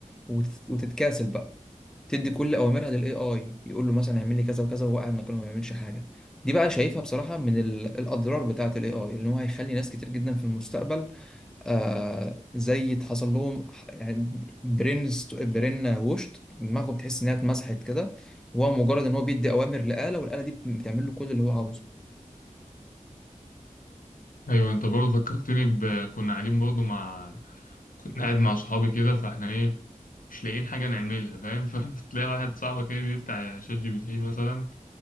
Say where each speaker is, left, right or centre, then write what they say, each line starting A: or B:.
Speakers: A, in the centre; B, on the left.
A: وتت- وتتكاسل بقى تدي كل اوامرها للاي اي يقول له مثلا اعمل لي كذا وكذا وهو قاعد مكانه ما بيعملش حاجه دي بقى شايفها بصراحه من ال- الاضرار بتاعه الاي اي ان هو هيخلي ناس كتير جدا في المستقبل آه زي اتحصل لهم ح- يعني برين است- برين ووشت دماغه بتحس انها اتمسحت كده هو مجرد ان هو بيدي اوامر لآلة والآلة دي بت- بتعمل له كل اللي هو عاوزه
B: أيوة أنت برضه فكرتني ب كنا قاعدين برضه مع كنا قاعد مع صحابي كده فإحنا إيه مش لاقيين حاجة نعملها فاهم <laughs> فتلاقي واحد صاحبك إيه بيفتح شات جي بي تي مثلا